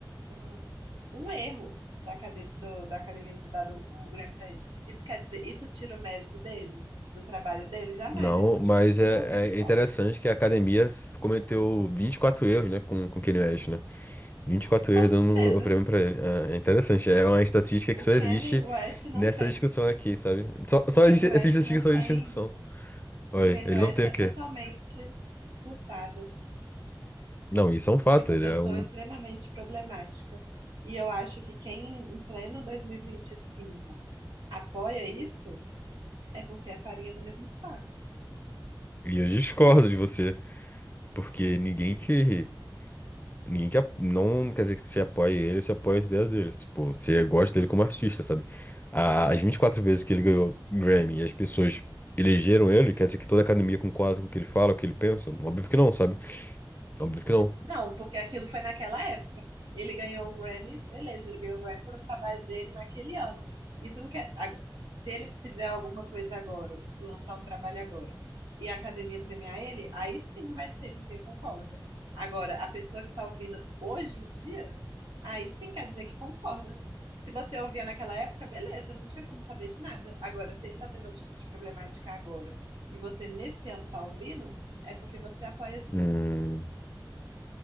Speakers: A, on the right (about 80°); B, on the left (about 20°).
A: um, um erro da, acade- do- da academia não ter dado o Grammy para ele. Isso quer dizer, isso tira o mérito dele, do trabalho dele? Jamais,
B: Não,
A: ele continua
B: mas
A: sendo
B: é,
A: o rei do
B: é
A: pop.
B: interessante que a academia cometeu 24 erros, né, com, com Kanye West, né? vinte e quatro erros
A: Com certeza.
B: dando o prêmio pra ele. É é interessante. É uma estatística que
A: O
B: só
A: Kanye
B: existe
A: West não
B: nessa
A: tem.
B: discussão aqui, sabe? Só, só
A: O Kanye
B: existe, essa
A: West
B: estatística
A: não
B: só
A: tem.
B: existe nessa discussão. Olha,
A: O Kanye
B: ele
A: West
B: não tem
A: é
B: o quê?
A: totalmente surtado.
B: Não, isso é um fato.
A: e uma
B: Ele
A: pessoa
B: é um.
A: extremamente problemática. E eu acho que quem, em pleno 2025, apoia isso é porque é farinha do mesmo saco.
B: E eu discordo de você. Porque ninguém que. Ninguém que. ap- Não quer dizer que você apoie ele, você apoia as ideias dele. Tipo, você gosta dele como artista, sabe? A- As 24 vezes que ele ganhou Grammy e as pessoas elegeram ele, quer dizer que toda a academia concorda com o que ele fala, o que ele pensa? Óbvio que não, sabe? Óbvio que não.
A: Não, porque aquilo foi naquela época. Ele ganhou o Grammy, beleza, ele ganhou o Grammy por um trabalho dele naquele ano. Isso não quer. a- Se ele fizer alguma coisa agora, lançar um trabalho agora, e a academia premiar ele, aí sim vai ser, porque concorda. Agora, a pessoa que tá ouvindo hoje em dia, aí sim quer dizer que concorda. Se você ouvia naquela época, beleza, não tinha como saber de nada. Agora, se ele tá tendo atitude problemática agora, e você nesse ano tá ouvindo, é porque você apoia sim,
B: Hum,